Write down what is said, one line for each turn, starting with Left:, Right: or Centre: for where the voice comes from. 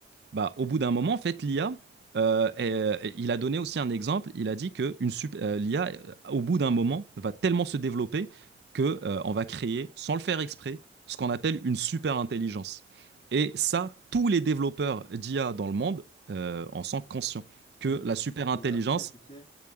Right: bah, au bout d'un moment, en fait, l'IA, euh, et- et il a donné aussi un exemple. Il a dit que une sup- euh, l'IA, euh, au bout d'un moment, va tellement se développer que euh, on va créer, sans le faire exprès, ce qu'on appelle une super intelligence. Et ça, tous les développeurs d'IA dans le monde euh, en sont conscients que
Left: Oui,
Right: la
Left: je
Right: super
Left: sais,
Right: intelligence,
Left: mais après, tu sais,